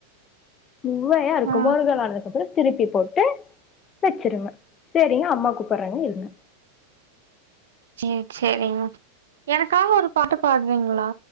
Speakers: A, on the left (about 25°); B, on the right (about 60°).
A: சுவையா இருக்கு
B: ஆ
A: மொர்கலானது திருப்பி போட்டு வச்சிருங்க சேரிங்க அம்மா கூப்புறாங்க இருங்க
B: சேரி சேரிங் எனக்காக ஒரு பாட்டு பாடுவீங்ளா